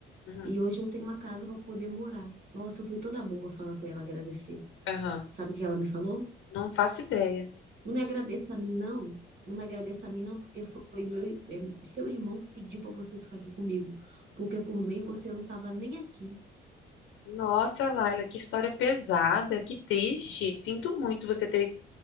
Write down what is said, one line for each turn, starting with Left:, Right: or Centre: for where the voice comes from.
Left: Uhum.
Right: e hoje eu tenho uma casa para poder morar. Nossa, eu fui toda boba falar com ela, agradecer.
Left: Aham.
Right: Sabe o que ela me falou?
Left: Não faço ideia.
Right: Não me agradeça a mim, não. Não me agradeça a mim, não, porque foi meu, é, seu irmão que pediu para você ficar aqui comigo. Porque por mim você não estava nem aqui.
Left: Nossa, Laila, que história pesada, que triste. Sinto muito você ter